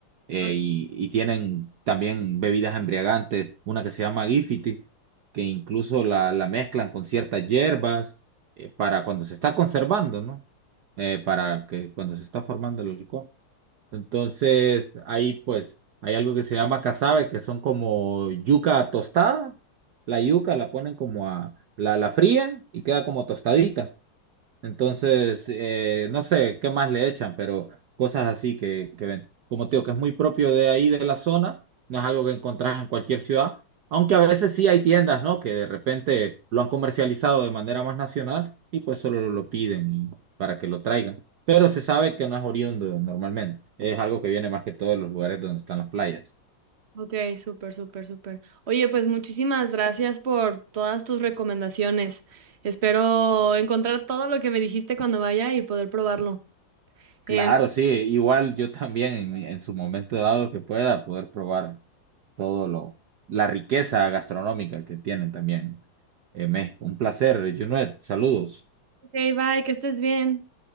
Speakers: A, on the right (about 60°); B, on the right (about 35°).
A: Eh,
B: O-
A: y, y tienen también bebidas embriagantes, una que se llama Gifiti, que incluso la, la mezclan con ciertas hierbas eh, para cuando se está conservando, ¿no? Eh, para que cuando se está formando el licor. Entonces, ahí pues hay algo que se llama casabe, que son como yuca tostada. La yuca la ponen como a, la, la frían y queda como tostadita. Entonces, eh, no sé qué más le echan, pero cosas así que, que ven. Como te digo, que es muy propio de ahí, de la zona, no es algo que encontrás en cualquier ciudad, aunque a veces sí hay tiendas, ¿no? Que de repente lo han comercializado de manera más nacional y pues solo lo piden y- para que lo traigan. Pero se sabe que no es oriundo normalmente, es algo que viene más que todo de los lugares donde están las playas.
B: Ok, súper, súper, súper. Oye, pues muchísimas gracias por todas tus recomendaciones. Espero encontrar todo lo que me dijiste cuando vaya y poder probarlo.
A: Claro,
B: Em,
A: sí, igual yo también en, en su momento dado que pueda poder probar todo lo, la riqueza gastronómica que tienen también en México. Un placer, Junet. Saludos.
B: ok, bye, que estés bien.